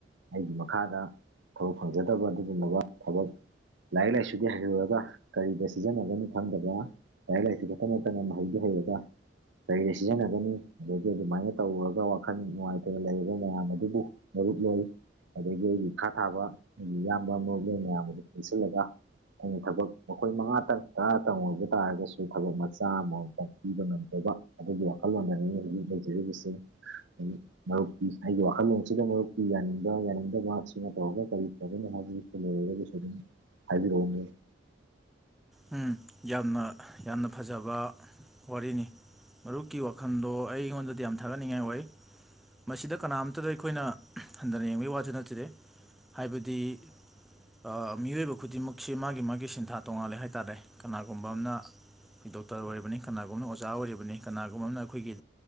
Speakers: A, on the right (about 80°); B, in the centre.
A: ꯑꯩꯒꯤ ꯃꯈꯥꯗ ꯊꯕꯛ ꯐꯪꯖꯗꯕ ꯑꯗꯨꯒꯨꯝꯂꯕ ꯊꯕꯛ ꯂꯥꯏꯔꯤꯛ ꯂꯥꯏꯁꯨꯗꯤ ꯍꯩꯔꯨꯔꯒ ꯀꯔꯤꯗ ꯁꯤꯖꯤꯟꯅꯒꯅꯤ ꯈꯪꯗꯕ ꯂꯥꯏꯔꯤꯛ ꯂꯥꯏꯁꯨ ꯈꯛꯇ ꯅꯠꯇꯅ ꯃꯍꯩꯁꯨ ꯍꯩꯔꯥꯒ ꯀꯔꯤꯗ ꯁꯤꯖꯤꯟꯅꯒꯅꯤ ꯑꯗꯒꯤ ꯑꯗꯨꯃꯥꯏꯅ ꯇꯧꯔꯨꯔꯒ ꯋꯥ ꯋꯥꯈꯜ ꯅꯨꯡꯉꯥꯏꯇꯅ ꯂꯩꯔꯕ ꯃꯌꯥꯝ ꯑꯗꯨꯕꯨ ꯃꯔꯨꯞ ꯂꯩ ꯑꯗꯒꯤ ꯑꯩꯒꯤ ꯏꯈꯥ ꯊꯥꯕ ꯑꯩꯒꯤ ꯏꯌꯥꯝꯕ ꯃꯨꯞꯂꯦꯟ ꯃꯌꯥꯝ ꯑꯗꯨ ꯄꯨꯟꯁꯤꯜꯂꯒ ꯑꯩꯅ ꯊꯕꯛ ꯃꯈꯣꯏ ꯃꯉꯥꯇꯪ ꯇꯔꯥꯇꯪ ꯑꯣꯏꯕ ꯇꯥꯔꯒꯁꯨ ꯊꯕꯛ ꯃꯆꯥ ꯑꯃꯃꯝꯇꯪ ꯄꯤꯕ ꯉꯝ <unintelligible> ꯕ ꯑꯗꯨꯒꯤ ꯋꯥꯈꯜꯂꯣꯟꯗꯅꯤ ꯍꯧꯖꯤꯛ ꯂꯩꯖꯔꯤꯕꯁꯤ <unintelligible> ꯃꯔꯨꯞꯀꯤ ꯑꯩꯒꯤ ꯋꯥꯈꯜꯂꯣꯟꯁꯤꯗ ꯃꯔꯨꯞꯇꯤ ꯌꯥꯅꯤꯡꯕ ꯌꯥꯅꯤꯡꯗꯕꯥ ꯁꯤꯃ ꯇꯧꯔꯒ ꯀꯔꯤ ꯐꯒꯅꯤ ꯍꯥꯏꯕꯩ ꯂꯩꯔꯒꯁꯨ ꯑꯗꯨꯝ ꯍꯥꯏꯕꯤꯔ‌ꯣꯑꯣ ꯅꯦ
B: ꯎꯝ ꯌꯥꯝꯅ ꯌꯥꯝꯅ ꯐꯖꯕ ꯋꯥꯔꯤꯅꯤ ꯃꯔꯨꯞꯀꯤ ꯋꯥꯈꯟꯗꯣ ꯑꯩꯉꯣꯟꯗꯗꯤ ꯌꯥꯝ ꯊꯥꯒꯠꯅꯤꯡꯉꯥꯏ ꯑꯣꯏ ꯃꯁꯤꯗ ꯀꯅꯥꯝꯇꯗ ꯑꯩꯈꯣꯏꯅ ꯍꯟꯊꯅ ꯌꯦꯡꯕꯩ ꯋꯥꯁꯨ ꯅꯠꯆꯗꯦ ꯍꯥꯏꯕꯗꯤ ꯑꯥ ꯃꯤꯑꯣꯏꯕ ꯈꯨꯗꯤꯡꯃꯛꯁꯦ ꯃꯥꯒꯤ ꯃꯥꯒꯤ ꯁꯤꯟꯊꯥ ꯇꯣꯉꯥꯂꯦ ꯍꯥꯏꯇꯥꯔꯦ ꯀꯅꯥꯒꯨꯝꯕ ꯑꯝꯅ ꯗꯣꯛꯇꯔ ꯑꯣꯏꯔꯕꯅꯤ ꯀꯅꯥꯒꯨꯝꯅ ꯑꯣ ꯖꯥ ꯑꯣꯏꯔꯤꯕꯅꯤ ꯀꯅꯥꯒꯨꯝꯕ ꯑꯝꯅ ꯑꯩꯈꯣꯏꯒꯤ